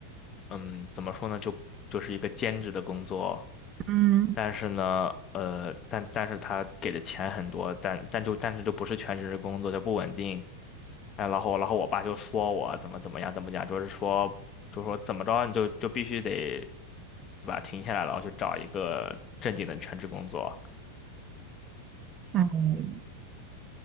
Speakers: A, on the left; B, on the right.
A: 嗯怎么说呢就就是一个兼职的工作，
B: 嗯，
A: 但是呢呃但但是他给的钱很多，但但就但是就不是全职的工作，就不稳定。哎，然后然后我爸就说我怎么怎么样怎么讲，就是说就说怎么着你就就必须得，对吧？停下来，然后去找一个正经的全职工作。
B: 嗯唉。